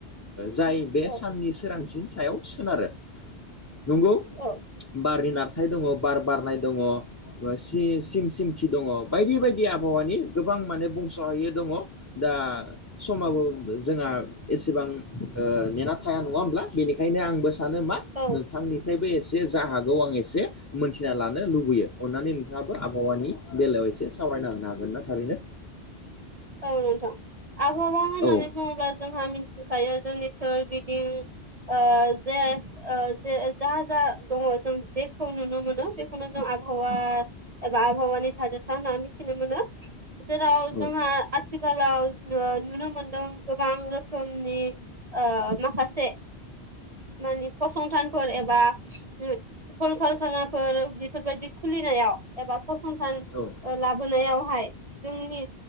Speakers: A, on the left; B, on the right.
A: जाय बे
B: औ
A: साननि सोरांसिन सायाव सोनारो नंगौ
B: औ
A: बारनि नारथाय दङ बार बारनाय दङ सिम सिमथि दङ बायदि बायदि आबहावानि गोबां माने बुंस'है दङ दा समाबो जोंहा एसेबां ओ नेना थाया नङा होमब्ला बेनिखायनो आंबो सानो मा नोंथांनिफ्रायबो
B: औ
A: एसे जा हागौ आं एसे मिथिना लान नो लुबैयो अननानै नोंथाङाबो आबहावानि बेलायाव एसे सावरायना होनो हागोन ना थारैनो
B: औ नोंथां आबहावा होननानै
A: औ
B: बुङोब्ला जोंहा मिथिखायो जोंनि सोरगिदिं ओ जे ओ जे जा जा दङ जों जेखौ नुनो मोनो बेखौनो जों आबहावा एबा आबहावानि थादेरसा होनना मिथिनो मोनो जेराव
A: औ
B: जोंहा आथिखालाव ओ नुनो मोनदों गोबां रोखोमनि ओ माखासे मानि फसंथानफोर एबा कलकारखानाफोर बेफोरबायदि खुलिनायाव एबा फसंथान
A: औ
B: लाबोनायावहाय जोंनि